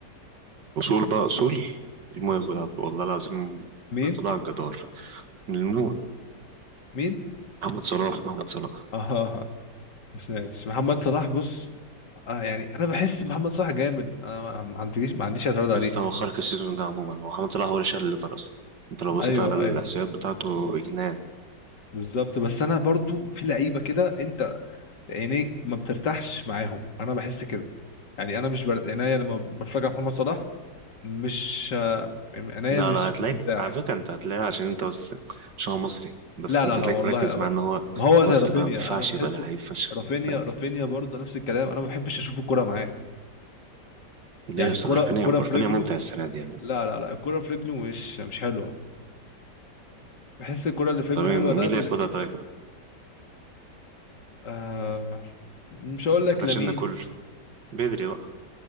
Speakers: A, on the right (about 75°); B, on the left (about 75°).
A: اصول بقى اصول المهم ياخدها والله العظيم
B: مين
A: ياخدها على الجدار المهم
B: مين
A: محمد صلاح محمد صلاح
B: اه <laughs> ما سمعتش محمد صلاح بص اه يعني انا بحس محمد صلاح جامد انا ما ما عنديش ما عنديش اعتراض عليه
A: يا اسطى هو خارج السيزون ده عموما هو محمد صلاح هو اللي شال الليفر اصلا انت لو بصيت
B: ايوه
A: على الاحصائيات
B: ايوه
A: بتاعته جنان
B: بالظبط بس انا برضو في لعيبه كده انت عينيك ما بترتاحش معاهم انا بحس كده يعني انا مش بر... عينيا لما بتفرج على محمد صلاح مش آه، عينيا
A: لا
B: مش
A: لا هتلاقيك
B: بترتاح
A: على فكره انت هتلاقيها عشان انت بس عشان هو مصري بس
B: لا
A: انت
B: لا لا
A: هتلاقيك
B: والله
A: مركز
B: ابدا
A: مع ان هو
B: ما هو زي
A: مصري
B: رافينيا
A: بقى ما ينفعش
B: انا بحسه
A: يبقى لعيب فشخ
B: رافينيا
A: ف-
B: رافينيا برضه نفس الكلام انا ما بحبش اشوف الكرة معاه
A: ليه
B: يعني
A: يا اسطى
B: الكرة
A: رفانية
B: الكرة
A: رفانية
B: في رجله
A: ممتع السنة دي يعني
B: لا لا لا الكرة في رجله مش مش حلوة بحس الكرة اللي في رجله
A: طب مين
B: حلوة ده
A: اللي ياخدها طيب؟
B: آه مش هقول
A: ما اتفقناش
B: لك لمين
A: ان كله بدري بقى